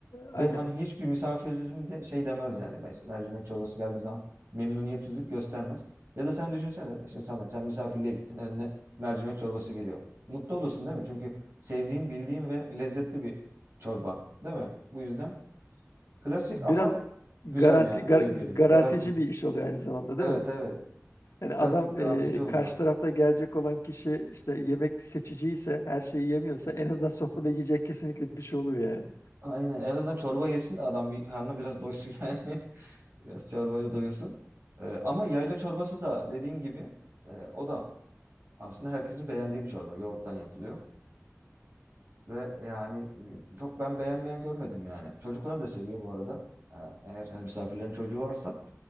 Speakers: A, on the left; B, on the right.
A: Aynen.
B: Ve hani hiçbir misafirim de şey demez yani mer- mercimek çorbası geldiği zaman memnuniyetsizlik göstermez. Ya da sen düşünsene e, şimdi Samet sen misafirliğe gittin önüne mercimek çorbası geliyor. Mutlu olursun değil mi? Çünkü sevdiğin, bildiğin ve lezzetli bir çorba değil mi? Bu yüzden klasik
A: biraz
B: ama
A: garanti
B: güzel yani
A: gar-
B: öyle diyelim.
A: garantici
B: Garanti.
A: bir iş oluyor aynı zamanda
B: Evet
A: değil mi?
B: evet.
A: Yani adam
B: Biraz garantici
A: e,
B: oluyor.
A: karşı tarafta gelecek olan kişi işte yemek seçici ise her şeyi yemiyorsa en azından sofrada yiyecek kesinlikle bir şey olur yani.
B: Aynen. En azından çorba yesin de adam bir karnı biraz doysun yani. <laughs> Biraz çorbayla doyursun. Ee, ama yayla çorbası da dediğin gibi e, o da aslında herkesin beğendiği bir çorba. Yoğurttan yapılıyor. Ve yani e, çok ben beğenmeyen görmedim yani. Çocuklar da seviyor bu arada. Ee, eğer hani misafirlerin çocuğu varsa